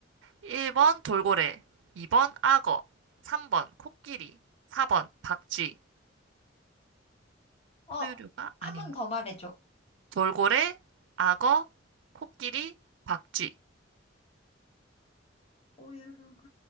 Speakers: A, on the right; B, on the left.
A: 1번 돌고래, 2번 악어, 3번 코끼리, 4번 박쥐.
B: 어,
A: 포유류가 아닌
B: 한 번
A: 거.
B: 더 말해줘.
A: 돌고래, 악어, 코끼리, 박쥐.
B: 오유류가